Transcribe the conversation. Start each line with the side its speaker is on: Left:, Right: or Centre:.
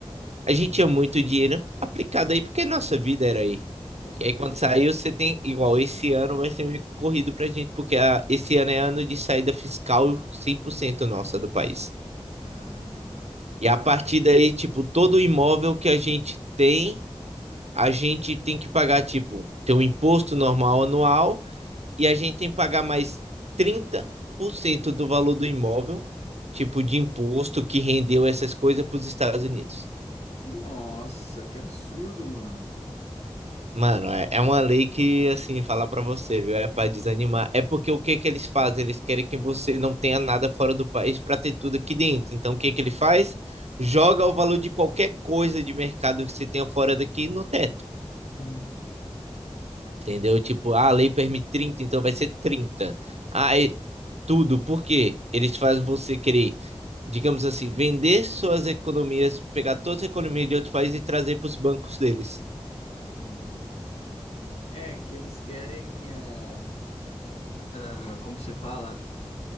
Right: a gente tinha muito dinheiro aplicado aí, porque nossa vida era aí.
Left: com certeza.
Right: E aí, quando saiu, você tem igual. Esse ano vai ser meio corrido pra gente, porque a- esse ano é ano de saída fiscal 100% nossa do país.
Left: Ah,
Right: E a partir daí, tipo, todo imóvel que a gente tem, a gente tem que pagar, tipo, tem um imposto normal anual e a gente tem que pagar mais 30% do valor do imóvel, tipo, de imposto que rendeu essas coisas para os Estados Unidos.
Left: nossa, que absurdo, mano.
Right: Mano, é, é uma lei que, assim, falar pra você, viu? É pra desanimar. É porque o que que eles fazem? Eles querem que você não tenha nada fora do país pra ter tudo aqui dentro. Então, o que que ele faz? Joga o valor de qualquer coisa de mercado que você tenha fora daqui no teto,
Left: Uhum.
Right: entendeu? Tipo, ah, a lei permite 30, então vai ser 30. Ah, é tudo. Por quê? Eles fazem você querer, digamos assim, vender suas economias, pegar todas as economias de outros países e trazer para os bancos deles.
Left: Nossa. É que eles querem. eh, Ah, como se fala?